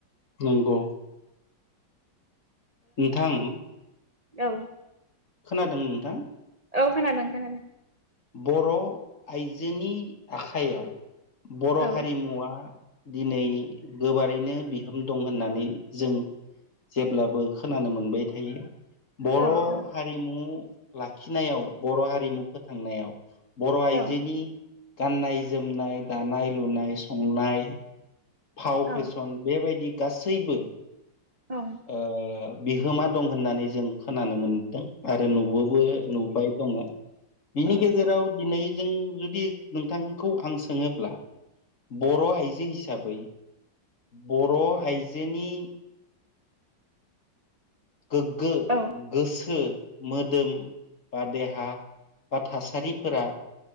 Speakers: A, on the left (about 45°); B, on the right (about 40°).
A: नंगौ नोंथां
B: औ।
A: खोनादों नोंथां?
B: औ खोनादों खोनादों।
A: बर' आइजोनि आखाइयाव बर'
B: औ
A: हारिमुवा दिनै गोबारैनो बिहोम दं होननानै जों जेब्लाबो खोनानो मोनबाय थायो। बर'
B: औ औ
A: हारिमु लाखिनायाव बर' हारिमु फोथांनायाव बर' आइजोनि
B: औ
A: गाननाय जोमनाय दानाय लुनाय संनाय फाव फेसन
B: औ
A: बेबायदि गासैबो
B: औ
A: ओ बिहोमा दं होननानै जों खोनानो मोनदों। आरो नुबोबो नुबाय दङो। बिनि गेजेराव दिनै जों जुदि नोंथांखौ आं सोङोब्ला बर' आइजो हिसाबै बर' आइजोनि गोग्गो
B: औ
A: गोसो मोदोम बा देहा बा थासारिफोरा